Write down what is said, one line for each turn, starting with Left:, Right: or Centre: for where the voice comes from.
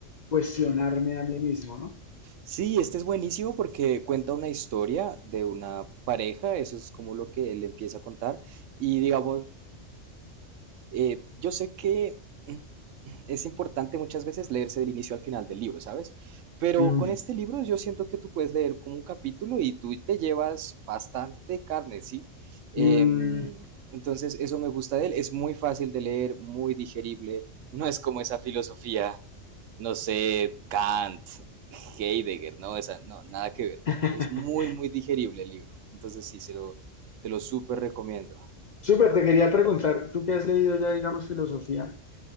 Left: cuestionarme a mí mismo, ¿no?
Right: Sí, este es buenísimo porque cuenta una historia de una pareja, eso es como lo que él empieza a contar, y digamos, Eh, yo sé que mm, es importante muchas veces leerse del inicio al final del libro, ¿sabes? Pero
Left: Mm,
Right: con este libro yo siento que tú puedes leer como un capítulo y tú te llevas bastante carne, ¿sí? Em,
Left: mm.
Right: entonces eso me gusta de él, es muy fácil de leer, muy digerible, no es como esa filosofía, no sé, Kant, Heidegger, no, esa, no, nada que ver.
Left: <laughs>
Right: Es muy, muy digerible el libro, entonces sí, se lo, te lo súper recomiendo.
Left: Súper, te quería preguntar, tú qué has leído ya, digamos, filosofía,